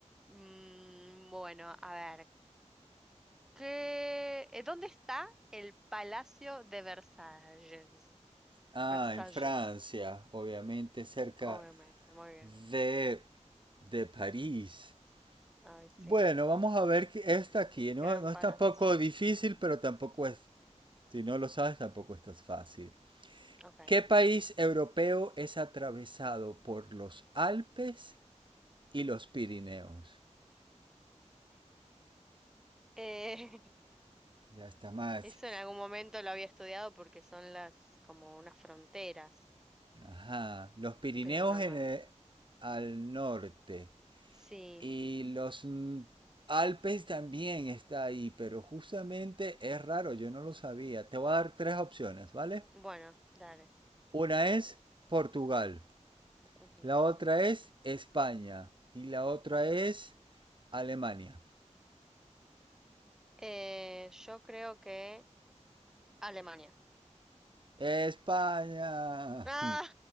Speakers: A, in the centre; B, on the right.
A: Mm, bueno, a ver. ¿Qué... eh, ¿Dónde está el Palacio de Versalles?
B: Ah,
A: Versalles.
B: en Francia, obviamente cerca
A: Obviamente, muy bien.
B: de, de París.
A: Ay, sí.
B: Bueno, vamos a ver que esta aquí. No,
A: Gran
B: no es
A: Parás.
B: tampoco difícil, pero tampoco es. Si no lo sabes, tampoco esto es tan fácil.
A: Ok.
B: ¿Qué país europeo es atravesado por los Alpes y los Pirineos?
A: Eh,
B: Ya está más.
A: <laughs> eso en algún momento lo había estudiado porque son las como unas fronteras,
B: Ajá. Los Pirineos
A: pero no
B: en
A: me...
B: el- al norte.
A: Sí,
B: Y los mm, Alpes también está ahí, pero justamente es raro, yo no lo sabía. Te voy a dar tres opciones, ¿vale?
A: bueno, dale.
B: Una es Portugal,
A: Ujú,
B: la otra es España y la otra
A: ujú.
B: es Alemania.
A: Eh, yo creo que Alemania.
B: España.
A: Ah,
B: <laughs>